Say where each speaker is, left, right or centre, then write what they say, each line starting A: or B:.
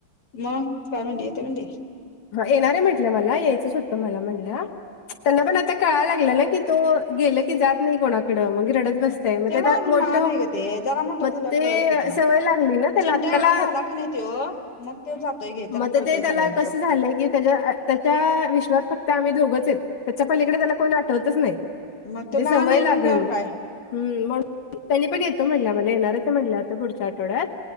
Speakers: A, on the left; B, on the left.
A: मग काय म्हणली? येतो म्हणली.
B: हा येणारे म्हटल्या मला, यायचंच होतं मला म्हणल्या. त्यांना पण आता कळायला लागलं ना, की तो गेल की जात नाही कोणाकड. मग रडत बसतयं मग, म ते आत्ता
A: माझ
B: मोठ
A: लहान आहे ग ते जरा मोठा
B: मग
A: झाला
B: ते
A: कळेल की त्याला
B: सवय लागली ना. त्याला
A: चिंट्या
B: आत्ताला
A: एवढा झाला का, नाही तो मग त्यो जातोय घे. त्याला
B: मग तर
A: कळतय
B: ते त्याला
A: सगळ्यांच
B: कसं झालंय की, त्याच्या- त्याच्या विश्वात फक्त आम्ही दोघचयं. त्याच्या पहिलीकडे त्याला कोण आठवतच नाही,
A: मग तो
B: ते
A: लहान
B: सवय
A: आहे
B: लागल
A: म्हणल्यावर काय
B: म्हणून त्यांनी पण येतो म्हणल्या, मला येणारच हाय म्हणल्या आत्ता पुढच्या आठवड्यात.